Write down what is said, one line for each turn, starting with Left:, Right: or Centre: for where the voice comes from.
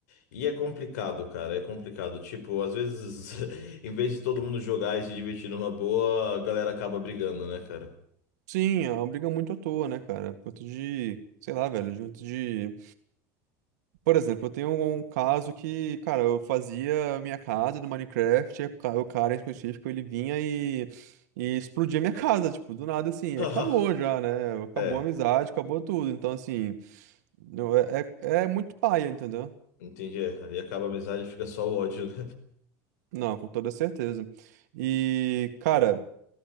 Left: e é complicado, cara, é complicado. Tipo, às vezes, <laughs> em vez de todo mundo jogar e se divertir numa boa, a galera acaba brigando, né, cara?
Right: Sim, é uma briga muito à toa, né, cara? Por conta de, sei lá, velho, junto de Por exemplo, eu tenho um um caso que, cara, eu fazia a minha casa do Minecraft, e o ca- o cara em específico, ele vinha e, e explodia a minha <laughs> casa, tipo, do nada, assim,
Left: <laughs>
Right: acabou já, né? Acabou
Left: É,
Right: a amizade, acabou tudo. Então, assim, não, é, é, é muito paia, entendeu?
Left: entendi, é, ali acaba a amizade e fica só o ódio, né?
Right: Não, com toda certeza. E, cara,